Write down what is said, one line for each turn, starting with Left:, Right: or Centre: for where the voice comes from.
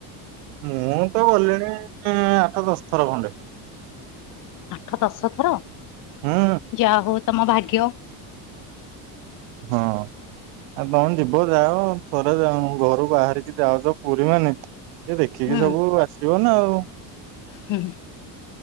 Right: ମୁଁ ତ ଗଲିଣି ଆଠ ଦଶ ଥର ଖଣ୍ଡେ
Left: ଆଠ ଦଶ ଥର
Right: ହୁଁ
Left: ଯାହା ହଉ ତମ ଭାଗ୍ୟ
Right: ହଁ ଆଉ ତମେ ଯିବ ଯାଅ ଥରେ ଯାଅ ଘରୁ ବାହାରିକି ଯାାଉଛ ପୁରୀ ମେ ଏ ଦେଖିକି
Left: ହୁଁ
Right: ସବୁ ଆସିବ ନା ଆଉ ହଁ
Left: ହୁଁ